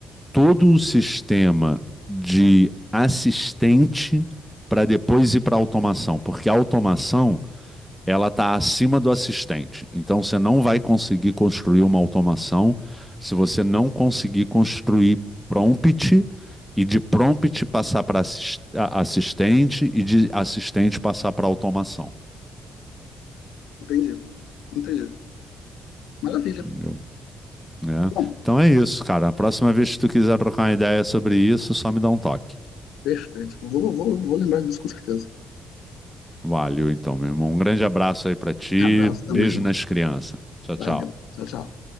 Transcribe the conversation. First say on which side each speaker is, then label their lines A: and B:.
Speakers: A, in the centre; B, on the left.
A: todo o sistema de assistente para depois ir para a automação, porque a automação ela está acima do assistente. Então você não vai conseguir construir uma automação se você não conseguir construir prompt e de prompt passar para assistente e de assistente passar para automação.
B: Entendi, entendi. Maravilha.
A: Entendeu? É.
B: Bom,
A: Então é isso, cara. A próxima vez que tu quiser trocar uma ideia sobre isso, só me dá um toque.
B: perfeito. Vou, vou, vou lembrar disso com certeza.
A: Valeu, então, meu irmão. Um grande abraço aí para ti.
B: Abraço
A: Beijo
B: também, irmão.
A: nas crianças. Tchau,
B: Valeu.
A: tchau.
B: Tchau, tchau.